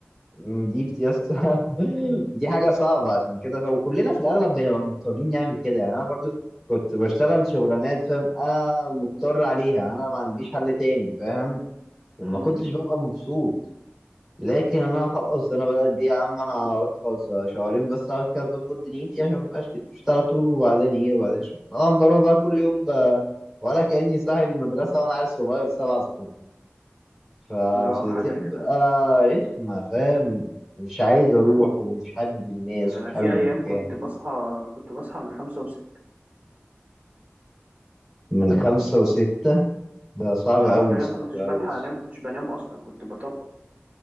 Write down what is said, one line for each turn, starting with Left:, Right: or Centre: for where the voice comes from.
Centre: م، دي بتيس <laughs> دي حاجه صعبه عشان كده ف... وكلنا في الاغلب بنبقى مضطرين نعمل كده يعني انا برضو كنت بشتغل شغلانات فاهم انا مضطر عليها انا ما عنديش حل تاني فاهم وما
Right: مم.
Centre: كنتش ببقى مبسوط لكن انا خلاص انا بدات دي يا عم انا قلت خلاص شهرين بس اقعد كده اظبط دنيتي عشان مبقاش كنت بشتغل طول وبعدين ايه وبعدين اشوف طبعا بروح بقى كل يوم ب... ولا كاني صاحي المدرسه وانا عيل صغير سبعة الصبح فبتبقى
Right: مم. اه حاجة رخمة
Centre: رخمه فاهم مش عايز اروح
Right: مم.
Centre: ومش حابب الناس
Right: انا
Centre: مش
Right: في
Centre: حابب
Right: ايام
Centre: المكان
Right: كنت بصحى كنت بصحى من خمسة وستة
Centre: من خمسة وستة ده صعب
Right: اه
Centre: أوي
Right: وفي ايام
Centre: صعب
Right: كنتش
Centre: أوي
Right: بلحق انام وكنتش بنام اصلا كنت بطبق